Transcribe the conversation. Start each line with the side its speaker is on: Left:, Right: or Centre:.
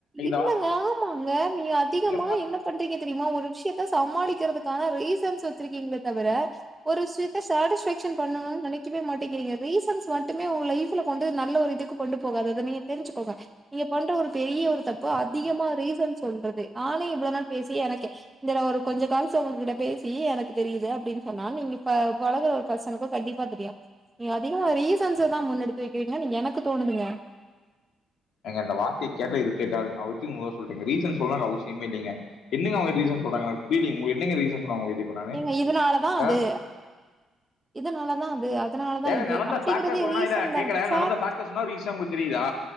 Right: இல்லங்க
Left: இந்த
Right: ஆமாங்க நீங்க அதிகமா
Left: வார்த்தைய
Right: என்ன பண்றீங்க தெரியுமா ஒரு விஷயத்த சமாளிக்க இருக்கிறதுக்கான ரிசன்ஸ் வச்சிருக்கீங்களே தவிர ஒரு <unintelligible> சன் பண்ணணும்னு நினை வே மாட்டேங்கிறீங்க ரீசன்ஸ் மட்டுமே உங்க லைஃப்ல கொண்டு நல்ல ஒரு இதுக்கு கொண்டு போகாததுஅத நீங்க தெரிஞ்சுக்கோங்க நீங்க பண்ற ஒரு பெரிய ஒரு தப்பு அதிகமா ரீசன் சொல்றது ஆனா இவ்ளவு நாள் பேசி எனக்கு இந்த ஒரு கொஞ்ச கால்ஸ் உங்ககிட்ட பேசி எனக்கு தெரியுது அப்படின்னு சொன்னா நீங்க இப்ப பழகுற ஒரு பர்சனுக்கு கண்டிப்பா தெரியு நீ அதிகமா ரீசன்ஸ் தான் முன்னெடுத்து வைக்கிறீங்க நீங்க எனக்கு தோணுதுங்க
Left: எங்க இந்த வார்த்தைய கேட்டாலே இரிடேட் ஆகுதுங்க வச்சுருங்க மொத சொல்லிட்டேன் ரீசன் சொல்லணும்னு அவசியமே இல்லைங்க என்னங்க ரீசன் சொல்ராங்க எனக்கு புரியலைங்க சொன்னாங்க உங்ககிட்ட இப்ப நானு
Right: நீங்க இதனாலதான்
Left: ஆ
Right: அது இதனாலதான் அது அதனாலதா
Left: ஏங்க
Right: இது
Left: நலந்த
Right: அப்டிங்கறதே
Left: ஃபாக்டர் சொன்னா
Right: ரீசன்
Left: இல்ல இப்ப
Right: தானுங்க
Left: கேக்குறேன்
Right: ஃபார்
Left: நலந்த ஃபாக்டர் சொன்னா ரீசனா உங்களுக்கு தெரியுதா